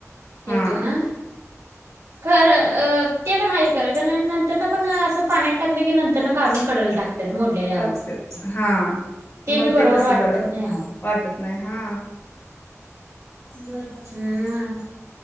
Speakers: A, on the left; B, on the right.
A: हा
B: हेेतू नं खर अं ते पण हाय खरं <unintelligible> नंतर पण असं पाण्यात टाकलं की नंतर काढून कडल टाकत्या मोडलेल्या
A: टाकत्यात
B: अवस्थेत <inaudible>
A: हा
B: ते
A: मग
B: बी बरोबर
A: कसं
B: वाटत
A: बरं
B: नाहीं्
A: वाटत नाही हा
B: हम्म